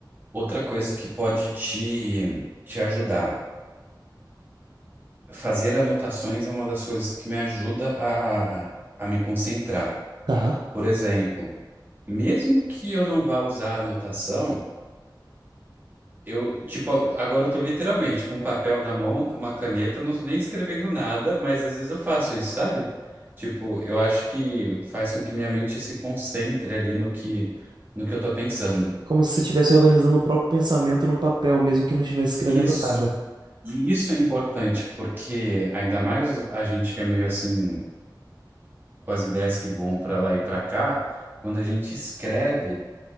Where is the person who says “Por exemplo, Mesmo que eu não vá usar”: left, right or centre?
Right